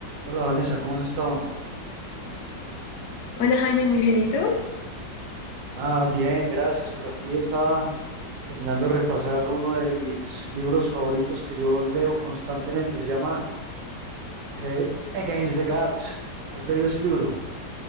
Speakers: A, on the right (about 70°); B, on the left (about 80°).
A: Hola Vanessa, ¿cómo has estado?
B: Hola Jaime, muy bien. ¿Y tú?
A: Ah, bien, gracias. Por aquí estaba terminando de repasar uno de mis libros favoritos que yo leo constantemente. Se llama eh, Against the Gods. ¿Has leído ese libro?